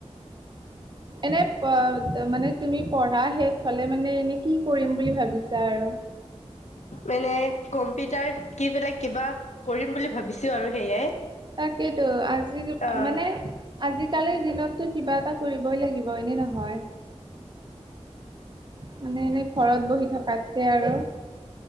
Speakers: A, on the right; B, on the left.
A: এনে মানে তুমি পঢ়া শেষ হলে মানে এনে কি কৰিম বুলি ভাবিছা আৰু
B: মানে কম্পিউটাৰ কি বেলাক কিবা কৰিম বুলি ভাবিছো আৰু সেয়ে
A: তাকেইটো আজি
B: অ',
A: মানে আজিকালিৰ দিনতটো কিবা এটা কৰিব ব হয়নে নহয় মানে এনেই ঘৰত বহি থকাতকে আৰু-